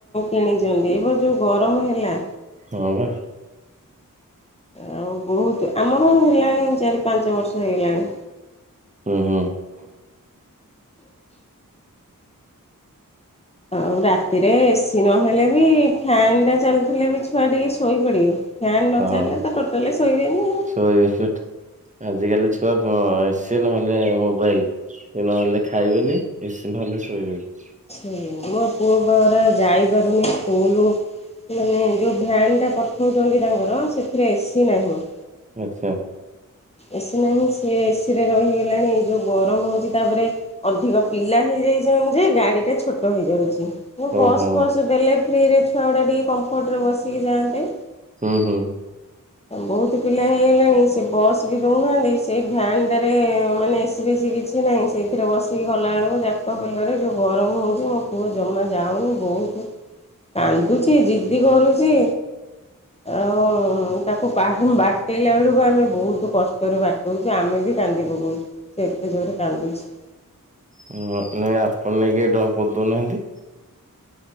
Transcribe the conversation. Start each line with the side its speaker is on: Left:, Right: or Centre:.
Left: କିଣି ଏବେ ଯୋଉ ଗରମ ହେଲା।
Right: ହଁ ବା।
Left: ଆଉ ବହୁତ ଆମର ହେଲାଣି ଚାରି ପାଞ୍ଚ ବର୍ଷ ହେଇଗଲାଣି।
Right: ହୁଁ ହୁଁ ।
Left: ଆଉ ରାତିରେ ଏସି ନ ହେଲେ ବି ଫ୍ୟାନ୍ ଟା ଚାଲିଥିଲେ ବି ଛୁଆ ଟିକେ ଶୋଇପଡ଼ିବେ । ଫ୍ୟାନ ନ
Right: ହଁ
Left: ଚାଲିଲେ ତ ଟୋଟାଲି ଶୋଇବେନି।
Right: ଶୋଇବେ ସେଠି ଆଜିକାଲି ଛୁଆ ବ ଏସି ନହଲେ ମୋବାଇଲ । ନହେଲେ ଖାଇବେନି ଏସି ନହେଲେ ଶୋଇବେନି।
Left: ସେଇଆ ମୋ ପୁଅ ବା ପରା ଯାଇ ପାରୁନି ସ୍କୁଲ। ମାନେ ଯୋଉ ଭ୍ୟାନ ଟା ପଠଉଛନ୍ତି ତାଙ୍କର ସେଥିରେ ଏସି ନାହିଁ।
Right: ଆଚ୍ଛା ।
Left: ଏସି ନାହିଁ ସେ ଏସି ରେ ରହିଗଲାଣି ଏ ଯୋଉ ଗରମ ହଉଛି ତାପରେ ଅଧିକ ପିଲା ହେ ହେଇ ଯାଇ ଛନ୍ତି ଯେ ଗାଡି ଟା ଛୋଟ ହେଇ ଯାଉଛି।
Right: ଓହୋ।
Left: ବସ୍ ଫସ୍ ଦେଲେ ଫ୍ରିରେ ଛୁଆ ଗୁଡା ଟିକେ କମ୍ଫର୍ଟ ରେ ବସିକି ଯାଆନ୍ତେ ।
Right: ହୁଁ ହୁଁ ।
Left: ବହୁତ ପିଲା ହେଇଗଲାଣି ସେ ବସ୍ । ବି ଦଉନାହାନ୍ତି ସେଇ ଭ୍ୟାନଟାରେ ମାନେ ଏସି ଫେଶି କିଛି ନାହିଁ ସେଇଥିରେ ବସିକି ଗଲାବେଳକୁ ଯା ଯାକ ପେଲା ରେ ଯୋଉ ଗରମ ହଉଛି ମୋ ପୁଅ ଜମା ଯାଉନି ବହୁତ କାନ୍ଦୁଛି ଜିଦ୍ଦି କରୁଚି। ଆଉ ତାକୁ ପା ହେମ ବାଟେଇଲା ବେଳକୁ ଆମେ ବହୁତ। କଷ୍ଟରେ ବାଟଉଚୁ ଆମେ ବି କାନ୍ଦି ପକାଉଛୁ ସେ ଏତେ ଜୋରେ କାନ୍ଦୁଛି ।
Right: ହଁ ନାଇଁ ଆପଣ ନେଇକି ଡ୍ରପ୍ କରି ଦଉ ନାହାନ୍ତି।